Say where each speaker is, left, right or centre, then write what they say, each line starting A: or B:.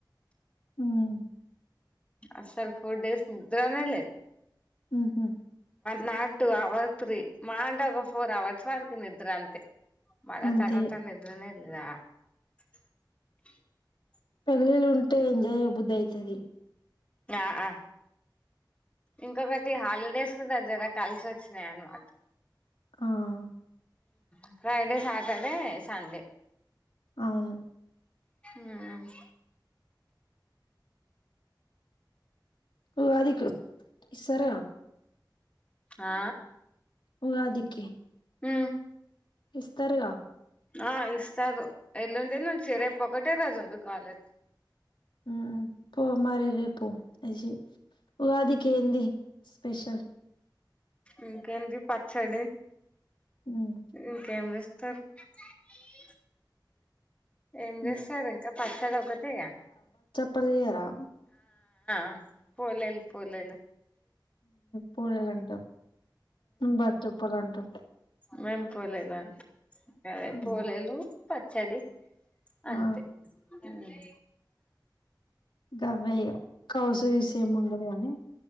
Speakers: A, on the left; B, on the left.
A: హ్మ్.
B: అసలు ఫోర్ డేస్ నిద్రనేలే
A: ఉహు
B: నా టు అవర్ త్రీ మహ ఫోర్ అవర్స్ వరకి నిద్ర అంతే మళ
A: అంతే.
B: తర్వాత నద్రనే <unintelligible>
A: పెళ్ళిళ్ళుంటే ఎంజాయ్య బుద్ధ అయితుది
B: ఆ హా ఇంకొకటి హాలిడేస్ కూడాా జర కలిసి వచ్చినాయి అన్నమాట
A: ఆహా
B: ఉఫ్రైడే సాటర్డే సండే
A: అవును
B: ఊహు
A: వాదికు ఈ సర
B: ఆ
A: ఉగాదికి
B: ఉ
A: ఇస్తరుగా
B: ఆ ఇస్తారు ఎల్లుండి నుంచి రేపు ఒకటే రోజుంది కాలేజ్
A: ఉ పో మరి రేపు అ ఉగాదికి ఏంది స్పెషల్
B: ఇంకేంటి పచ్చడి
A: హ్మ్.
B: ఇంకేం చెస్ త <unintelligible> ఏం
A: హ్మ్.
B: చేస్తారు ఇంకా పచ్చడి ఒకటె గా
A: పర్లేదా
B: ఆ పోలేలు పోలేలు
A: పూడలు అంటాం బచ్చప్పలు అంటాం
B: మేం పోలేలా అదే
A: హ్మ్.
B: పోలేలు పచ్చడి అంతే
A: ఆ!
B: మ్మ్
A: గవే ఇగ కౌసు నీసు ఏముండదు కానీ